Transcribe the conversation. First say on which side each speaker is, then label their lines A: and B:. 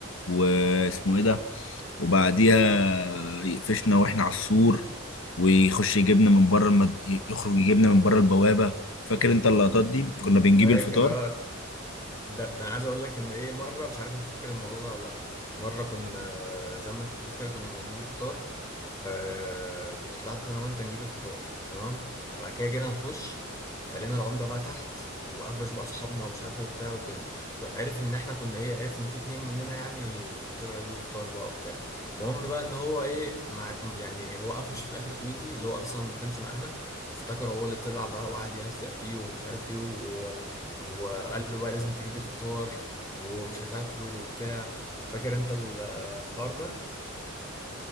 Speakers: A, on the left; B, on the left.
A: واسمه ايه ده وبعديها يقفشنا واحنا على السور ويخش يجيبنا من بره المد... يخرج يجيبنا من بره البوابة فاكر انت اللقطات دي كنا بنجيب
B: فاكر
A: الفطار
B: اه ده ده انا عايز اقول لك ان ايه مره مش عارف انت فاكر الموضوع ده ولا لا مره كنا زي ما انت بتقول كده كنا بنجيب الفطار فكنت طلعت انا وانت نجيب الفطار تمام وبعد كده جينا نخش فلقينا العمده بقى تحت وقفش بقى اصحابنا ومش عارف ايه وبتاع وكده وعرف ان احنا كنا ايه عرف ان في اتنين مننا يعني طلعوا يجيبوا فطار بقى وبتاع المهم بقى ان هو ايه مع يعني هو قفش في الاخر توبيتي اللي هو اصلا ما كانش معانا وافتكر هو اللي طلع بقى وقعد يهزق فيه ومش عارف ايه وقال له بقى لازم تجيب الفطار ومش هتاكله وبتاع فاكر انت ال- الحوار ده